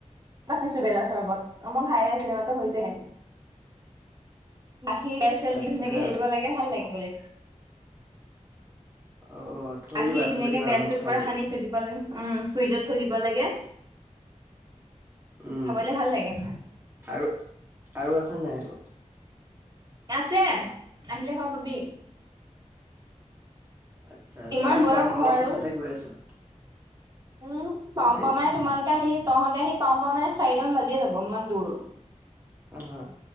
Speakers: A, on the right (about 30°); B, on the right (about 15°).
A: <unintelligible> বেলৰ চৰবত অহ মই খাইয়ে আছিলো এই মাত্ৰ হৈছেহে। গাখীৰ, তেল, চেল
B: আচ্ছা
A: দি ধুনীয়াকে হেৰি দিব লাগে ভাল লাগে খাবলে।
B: অ থৈ
A: গাখীৰ
B: দিবা
A: ধুনীয়াকে
B: থৈ দিবা
A: বেলটো
B: ময়ো খামগৈ
A: পুৰা সানি থৈ দিব লাগে উম, ফ্ৰিজত থৈ দিব লাগে।
B: উম,
A: খাবলে ভাল লাগে
B: আৰু -আৰু আছে নাই আকৌ?
A: আছে আহিলে খাব পাবি।
B: আচ্ছা
A: ইমান
B: যাম-
A: দূৰ
B: যাম
A: আৰু ঘৰ
B: অলপ
A: আৰু
B: পিছতে গৈ আছো।
A: উম, গম
B: এই
A: পাওঁ মানে তোমালোকে আহি তহঁত আহি পাওঁ -পাওঁ মানে চাৰিটামান বাজিয়ে যাব ইমান দূৰ।
B: হা-হা